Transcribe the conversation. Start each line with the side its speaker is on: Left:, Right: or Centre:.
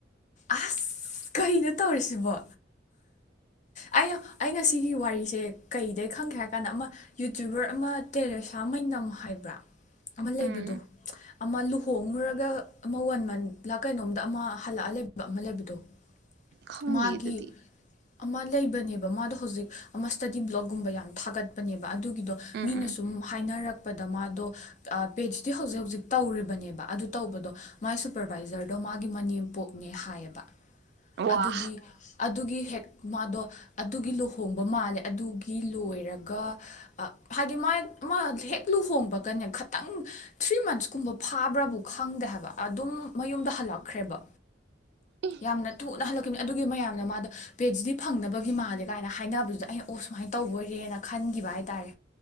Left: ꯑꯁ ꯀꯩꯅꯣ ꯇꯧꯔꯤꯁꯤꯕꯣ ꯑꯩꯅ ꯑꯩꯅ ꯁꯤꯒꯤ ꯋꯥꯔꯤꯁꯦ ꯀꯩꯗꯩ ꯈꯪꯒꯦ ꯍꯥꯏ ꯀꯥꯟꯗ ꯑꯃ ꯌꯨꯇ꯭ꯌꯨꯕꯔ ꯑꯃ ꯇꯦꯔꯦꯁꯥ ꯃꯩꯅꯝ ꯍꯥꯏꯕ꯭ꯔꯥ ꯑꯃ ꯂꯩꯕꯗꯣ
Right: ꯎꯝ
Left: ꯑꯃ ꯂꯨꯍꯣꯡꯉꯨꯔꯒ ꯑꯃ ꯋꯥꯟ ꯃꯟ ꯂ ꯀꯩꯅꯣꯝꯗ ꯑꯃ ꯍꯜꯂꯛꯑ ꯂꯩꯕ ꯑꯃ ꯂꯩꯕꯗꯣ
Right: ꯈꯪꯗꯤꯌꯦ
Left: ꯃꯥꯒꯤ
Right: ꯑꯗꯨꯗꯤ
Left: ꯑꯃ ꯂꯩꯕꯅꯦꯕ ꯃꯥꯗꯣ ꯍꯧꯖꯤꯛ ꯑꯃ ꯁ꯭ꯇꯗꯤ ꯕ꯭ꯂꯣꯛꯒꯨꯝꯕ ꯌꯥꯝꯅ ꯊꯥꯒꯠꯄꯅꯦꯕ ꯑꯗꯨꯒꯤꯗꯣ
Right: ꯎꯝ
Left: ꯃꯤꯅ
Right: ꯎꯝ
Left: ꯁꯨꯝ ꯍꯥꯏꯅꯔꯛ ꯆꯠꯄꯗ ꯃꯥꯗꯣ ꯄꯦꯆꯇꯗꯤ ꯍꯧꯖꯤꯛ ꯍꯧꯖꯤꯛ ꯇꯧꯔꯤꯕꯅꯦꯕ ꯑꯗꯨ ꯇꯧꯕꯗꯣ ꯃꯥꯏ ꯁꯨꯄꯔꯕꯥꯏꯖꯔꯗꯣ ꯃꯥꯒꯤ ꯃꯅꯦꯝꯄꯣꯛꯅꯦ ꯍꯥꯏꯌꯦꯕ
Right: ꯋꯥ
Left: ꯑꯗꯨꯒꯤ ꯑꯗꯨꯒꯤ ꯍꯦꯛ ꯃꯥꯗꯣ ꯑꯗꯨꯒꯤ ꯂꯨꯍꯣꯡꯕ ꯃꯥꯜꯂꯦ ꯑꯗꯨꯒꯤ ꯂꯣꯏꯔꯒ ꯍꯥꯏꯗꯤ ꯃꯥ ꯃꯥ ꯍꯦꯛ ꯂꯨꯍꯣꯡꯕꯒꯅꯦ ꯈꯤꯇꯪ ꯊ꯭ꯔꯤ ꯃꯟꯁꯀꯨꯝꯕ ꯐꯥꯕ꯭ꯔꯕꯨ ꯈꯪꯗꯦ ꯍꯥꯏꯕ ꯑꯗꯨꯝ ꯃꯌꯨꯝꯗ ꯍꯜꯂꯛꯈ꯭ꯔꯦꯕ
Right: ꯑꯦ
Left: ꯌꯥꯝꯅ ꯊꯨꯅ ꯍꯜꯂꯛꯈꯤꯕꯅꯤ ꯑꯗꯨꯒꯤ ꯃꯌꯥꯝꯅ ꯃꯥꯗꯣ ꯄꯦꯠꯁꯤꯗꯤ ꯐꯪꯅꯕꯒꯤ ꯃꯥꯜꯂꯦ ꯀꯥꯏꯅ ꯍꯥꯏꯅꯕꯗꯨꯗ ꯑꯩꯅ ꯑꯣ ꯁꯨꯃꯥꯏꯅ ꯇꯧꯕꯣꯏꯔꯦꯅ ꯈꯟꯈꯤꯕ ꯍꯥꯏ ꯇꯥꯔꯦ